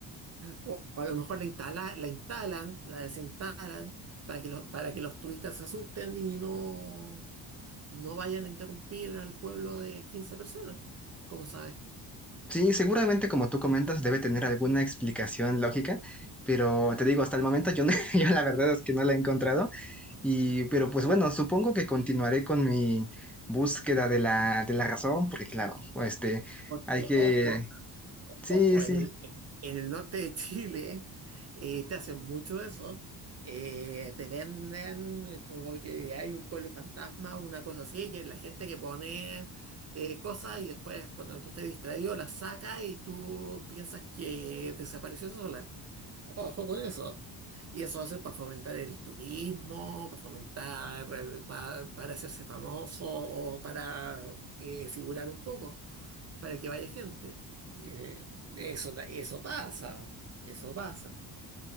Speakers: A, on the right; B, in the centre.
A: o a lo mejor la instala, la instalan, la desinstalan para que los, para que los turistas se asusten y no, no vayan a interrumpir al pueblo de 15 personas. como sabes?
B: Sí, seguramente como tú comentas debe tener alguna explicación lógica, pero te digo, hasta el momento yo, no- <laughs> yo la verdad es que no la he encontrado y pero pues bueno, supongo que continuaré con mi búsqueda de la de la razón, porque claro, este
A: Porque,
B: hay que
A: ojo,
B: sí,
A: ojo,
B: sí,
A: en el, en el norte de Chile eh, te hacen mucho eso. Eh, te venden eh, como que hay un pueblo fantasma, una cosa así, y es la gente que pone eh, cosas y después cuando tú estés distraído las saca y tú piensas que desapareció sola. Ojo con eso. Y eso va a ser para fomentar el turismo, para fomentar, eh, pa- para hacerse famoso o para eh, figurar un poco, para que vaya gente. Eh, eso, da- eso pasa, eso pasa.